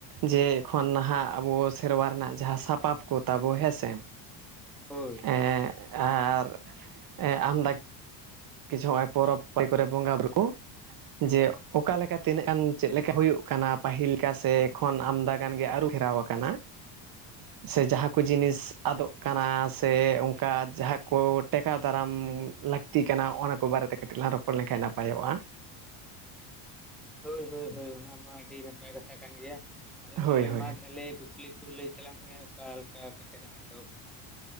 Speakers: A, on the right; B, in the centre.
A: ᱡᱮ ᱮᱠᱷᱚᱱ ᱱᱷᱟᱜ ᱟᱵᱚ ᱥᱮᱨᱣᱟ ᱨᱮᱱᱟᱜ ᱡᱟᱦᱟᱸ ᱥᱟᱯᱟᱵ ᱠᱚ ᱛᱟᱵᱚ ᱦᱮᱸᱥᱮ
B: ᱦᱳᱭ
A: ᱮ‌ᱸᱻ ᱟᱨ ᱟᱢ <unintelligible> ᱠᱤᱪᱩ ᱱᱚᱜᱼᱚᱭ ᱯᱚᱨᱚᱵᱽ <unintelligible> ᱠᱚᱨᱮ ᱵᱚᱸᱜᱟ ᱵᱩᱨᱩ ᱠᱚ ᱡᱮ ᱚᱠᱟ ᱞᱮᱠᱟ ᱛᱤᱱᱟᱹᱜ ᱜᱟᱱ ᱪᱮᱫ ᱞᱮᱠᱟ ᱦᱩᱭᱩᱜ ᱠᱟᱱᱟ ᱯᱟᱹᱦᱤᱞ ᱞᱮᱠᱟ ᱥᱮ ᱮᱠᱷᱚᱱ ᱟᱢᱫᱟ ᱜᱟᱱ ᱜᱮ ᱟᱹᱨᱩ ᱯᱷᱮᱨᱟᱣ ᱟᱠᱟᱱᱟ ᱥᱮ ᱡᱟᱦᱟᱸ ᱠᱚ ᱡᱤᱱᱤᱥ ᱟᱫᱚᱜ ᱠᱟᱱᱟ ᱥᱮ ᱠᱟ ᱡᱟᱦᱟᱸ ᱠᱚ ᱴᱮᱠᱟᱣ ᱫᱟᱨᱟᱢ ᱞᱟᱹᱠᱛᱤ ᱠᱟᱱᱟ ᱚᱱᱟ ᱠᱚ ᱵᱟᱨᱮ ᱛᱮ ᱠᱟᱹᱴᱤᱡ ᱞᱟᱝ ᱨᱚᱯᱚᱲᱟ <unintelligible> ᱞᱮᱱ ᱠᱷᱟᱡ ᱱᱟᱯᱟᱭᱚᱜᱼᱟ
B: ᱦᱳᱭ ᱦᱳᱭ ᱦᱳᱭ ᱚᱱᱟ ᱢᱟ ᱟᱹᱰᱤ ᱱᱟᱯᱟᱭ ᱠᱟᱛᱷᱟ ᱠᱟᱱ ᱜᱮᱭᱟ ᱟᱫᱚ
A: ᱦᱳᱭ
B: ᱛᱟᱦᱞᱮ
A: ᱦᱳᱭ
B: ᱢᱟ ᱛᱟᱦᱞᱮ ᱠᱩᱠᱞᱤ ᱠᱚ ᱞᱟᱹᱭ ᱛᱟᱞᱟᱝ ᱢᱮ ᱚᱠᱟ ᱞᱮᱠᱟ ᱠᱟᱛᱮᱫ ᱞᱟᱝ ᱮᱛᱚᱦᱚᱵ ᱮᱫᱟ